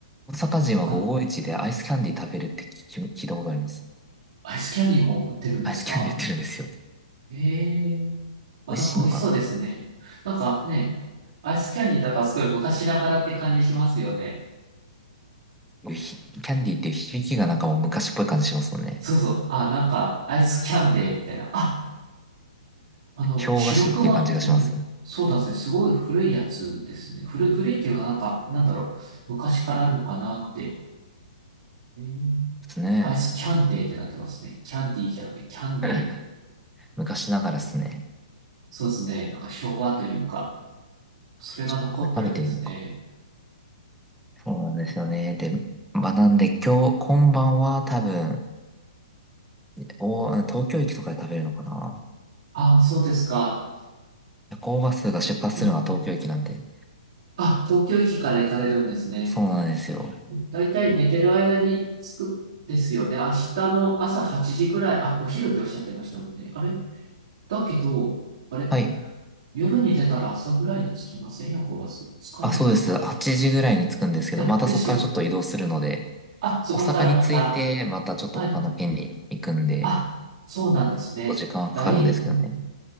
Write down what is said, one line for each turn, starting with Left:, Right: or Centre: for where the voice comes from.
Centre: 大阪人は551でアイスキャンディー食べるって聞き聞いたことあります。
Right: なんか、アイスキャンディーも売ってるんですか
Centre: アイスキャンディー売ってるんですよ。
Right: ええあ、
Centre: 美味しいのかな
Right: なんか美味しそうですね。なんかね、アイスキャンディーとかすごい昔ながらって感じしますよね。
Centre: ひキャンディーっていう響きがなんかもう昔っぽい感じしますもんね。
Right: そうそう。あ、なんかアイスキャンデーみたいな。あ、あの、
Centre: 氷菓子っていう感じがします。
Right: 白熊、うん。
Centre: で
Right: そうなんですね。すごい古いやつですね。古い、古いっていうのはなんか、なんだろう。昔からあるのかなって。えー
Centre: すね。
Right: アイスキャンデーってなってますね。キャンディーじゃなくてキャンデーに。
Centre: <laughs> 昔ながらですね。
Right: そうですね。なんか昭和というか、それが残ってるんですね。
Centre: ちょっとこれ食べてみるのか。そうなんですよね。で、まあなんで今日、今晩は多分、お、東京駅とかで食べるのかな。
Right: ああ、そうですか。
Centre: 夜行バスが出発するのが東京駅なんで。
Right: うんうんあ、東京駅から行かれるんですね。
Centre: そうなんですよ。
Right: だいたい寝てる間に着くですよね。明日の朝8時ぐらい、あ、お昼っておっしゃってましたもんね。あれだけど、あれ
Centre: はい。
Right: 夜に出たら朝ぐらいに着きません夜行バス。着かないか。
Centre: あ、そうです。8時ぐらいに着くんですけど、
Right: え、
Centre: またそこからちょっと移動するので、
Right: ですよね。あ、そこからまた。
Centre: 大阪に着いて、またちょっと他の県に行くんで、
Right: はい。あ、
Centre: ち
Right: そうなんですね。
Centre: ょっと時間はかかるんですけどね。
Right: 大、うん